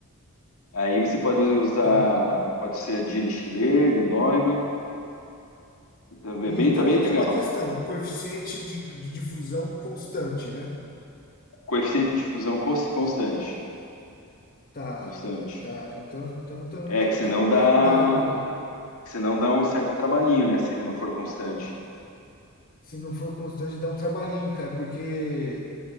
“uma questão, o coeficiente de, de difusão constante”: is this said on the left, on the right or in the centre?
Left